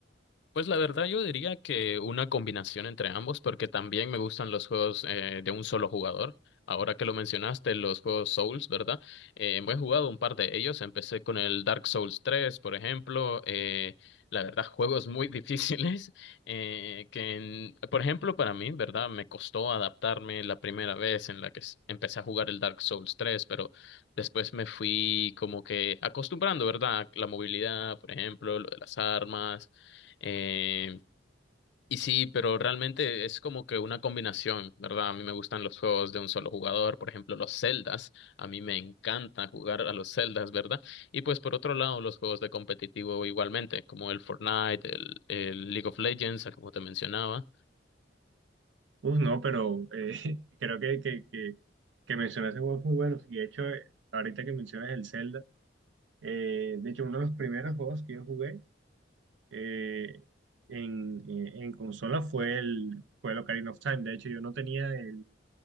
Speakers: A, on the left; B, on the right.
A: Pues la verdad yo diría que una combinación entre ambos, porque también me gustan los juegos eh, de un solo jugador. Ahora que lo mencionaste, los juegos Souls, ¿verdad? Eh, me he jugado un par de ellos. Empecé con el Dark Souls 3, por ejemplo. Eh, la verdad, juegos muy <laughs> difíciles eh, que, en- por ejemplo, para mí, ¿verdad? Me costó adaptarme la primera vez en la que s- empecé a jugar el Dark Souls 3, pero después me fui como que acostumbrando, ¿verdad? La movilidad, por ejemplo, lo de las armas eh, y sí, pero realmente es como que una combinación, ¿verdad? A mí me gustan los juegos de un solo jugador, por ejemplo, los Zeldas, a mí me encanta jugar a los Zeldas, ¿verdad? Y pues por otro lado, los juegos de competitivo igualmente, como el Fortnite, el, el League of Legends, como te mencionaba.
B: Uf, no, pero eh, <laughs> creo que, que, que, que mencionaste juegos muy buenos. Y de hecho, eh, ahorita que mencionas el Zelda, eh, de hecho, uno de los primeros juegos que yo jugué eh, en, eh, en consola fue el, fue el Ocarina of Time. De hecho, yo no tenía el,